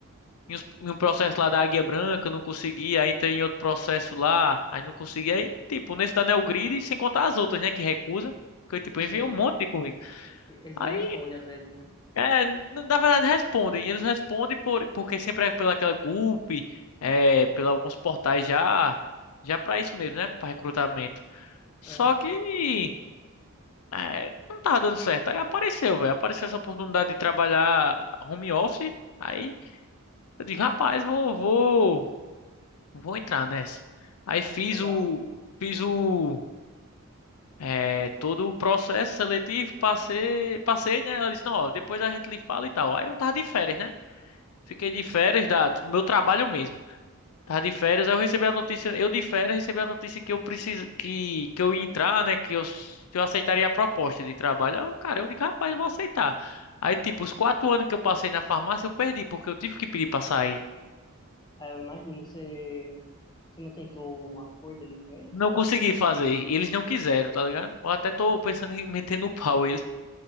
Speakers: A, on the left; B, on the left.
A: Em uns- em um processo lá da Águia Branca, não consegui. Aí tem outro processo lá, aí não consegui. Aí, tipo, nesse da Neogrid, sem contar as outras, né, que recusa. Porque, tipo,
B: Sim,
A: eu enviei um monte de currículo.
B: que eles
A: Aí,
B: nem respondem às vezes, né?
A: é, na verdade, respondem. Eles respondem por, porque sempre é pela aquela Gulp, é, pela alguns portais já, já pra isso mesmo, né, pra recrutamento. Só
B: Aham.
A: que, é, não tava dando certo. Aí apareceu, velho, apareceu essa oportunidade de trabalhar home office. Aí, eu digo, rapaz, vou, vou. Vou entrar nessa. Aí
B: Pô,
A: fiz
B: que legal.
A: o, fiz o, é, todo o processo seletivo, passei, passei, né? Ela disse, não, ó, depois a gente lhe fala e tal. Aí eu tava de férias, né? Fiquei de férias da, do meu trabalho mesmo. Tava de férias, aí eu recebi a notícia, eu de férias recebi a notícia que eu preciso, que, que eu ia entrar, né? Que eu, que eu aceitaria a proposta de trabalho. Aí Eu, cara, eu digo, rapaz, eu vou aceitar. Aí, tipo, os quatro anos que eu passei na farmácia, eu perdi, porque eu tive que pedir pra sair.
B: Ah, eu imagino, você, você não tentou um acordo ali com eles?
A: Não consegui fazer. Eles não quiseram, tá ligado? Eu até tô pensando em meter no pau eles.